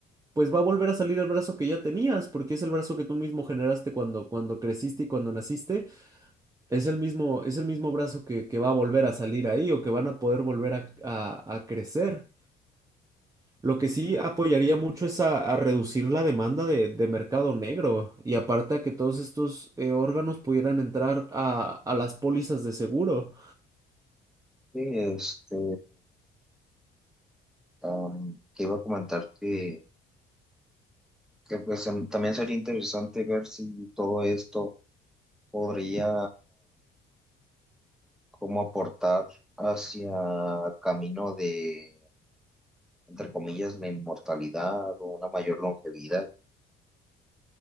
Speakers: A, on the right; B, in the centre.
A: pues va a volver a salir el brazo que ya tenías, porque es el brazo que tú mismo generaste cuando, cuando creciste y cuando naciste, es el mismo, es el mismo brazo que, que va a volver a salir ahí o que van a poder volver a, a- a crecer. Lo que sí apoyaría mucho es a, a reducir la demanda de, de mercado negro y aparte a que todos estos eh, órganos pudieran entrar a, a las pólizas de seguro.
B: Sí, este, am, te iba a comentar que, que pues em, también sería interesante ver si todo esto podría como aportar hacia el camino de entre comillas, la inmortalidad o una mayor longevidad.